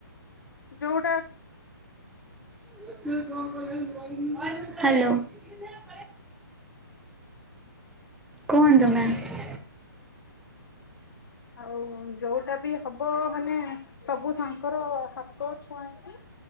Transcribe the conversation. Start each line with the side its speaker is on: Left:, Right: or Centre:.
Left: ଯୋଉଟା
Centre: <unintelligible> କୁହନ୍ତୁ ମ୍ୟାମ।
Left: ଆଉ ଯୋଉଟା ବି ହବ ମାନେ ସବୁ ତାଙ୍କର ହାତ ଛୁଆଁଇକି